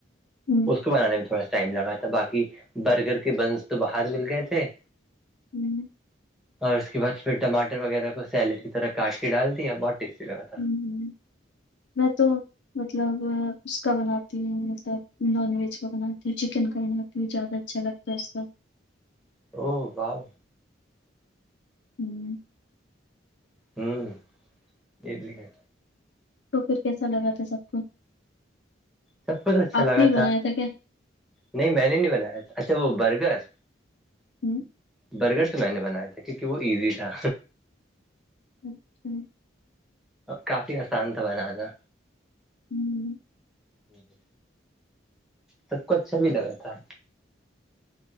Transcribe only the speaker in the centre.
اس کو بنانے میں تھوڑا سا ٹائم لگا تھا باقی برگر کے بنس تو باہر مل گئے تھے
اور اس کے بعد پھر ٹماٹر وغیرہ کو سیلڈ کی طرح کاٹ کے ڈالتی ہے اور بہت ٹیسٹی لگا ہے
او بؤ
ہوں یہ بھی ہے
سب کچھ اچھا
لگا
نہیں میں نے نہیں بنایا اچھا وہ برگر
برگر میں نے بنایا تھا کیونکہ وہ ایزی تھا
کافی آسان تھا بنانا
ہ ہ سب کو اچھا بھی لگا تھا